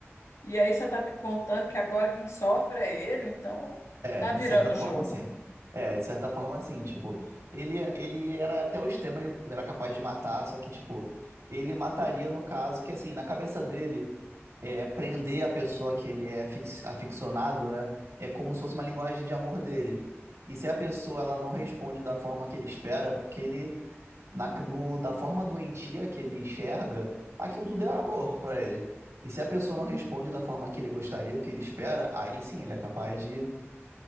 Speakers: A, on the left (about 80°); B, on the right (about 85°).
A: E aí você tá me contando que agora quem sofre é ele, então
B: É,
A: tá virando
B: de certa forma,
A: o jogo.
B: sim. É, de certa forma, sim. Tipo, ele, ele era até o extremo, ele era capaz de matar, só que, tipo, ele mataria no caso que, assim, na cabeça dele, é, prender a pessoa que ele é fix- aficionado, né? É como se fosse uma linguagem de amor dele. E se a pessoa, ela não responde da forma que ele espera, porque ele, na, no, da forma doentia que ele enxerga, aquilo tudo é amor pra ele. E se a pessoa não responde da forma que ele gostaria, o que ele espera, aí sim, ele é capaz de